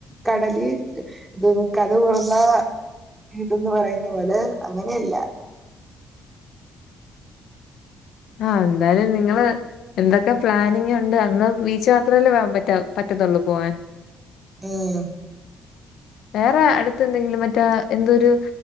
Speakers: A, on the right (about 20°); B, on the left (about 70°).
A: കടല് ഇത് കതക് തുറന്നാ വീട് പറയുന്ന പോലെ അങ്ങനെയല്ല.
B: ആ ന്തായാലും നിങ്ങള് എന്തൊക്കെ പ്ലാനിങ് ഉണ്ട് അന്ന് ബീച്ച് മാത്രമല്ലേ വപറ്റാ പറ്റത്തുള്ളൂ പോവാൻ
A: ഉം
B: വേറെ അടുത്ത് എന്തെങ്കിലും മറ്റാ എന്തൊരു